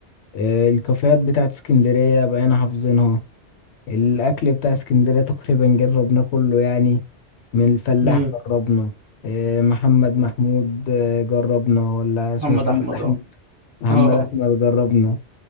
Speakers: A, on the left (about 70°); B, on the right (about 20°).
A: آه، الكافيهات بتاعت اسكندرية بقينا حافظينها الأكل بتاع اسكندرية تقريبا جربناه كله يعني من الفلاح
B: امم
A: جربنا إيه، محمد محمود آه، جربنا ولا اسمه
B: محمد
A: محمد
B: أحمد
A: أحمد
B: اهو <laughs>
A: محمد
B: اه
A: أحمد جربنا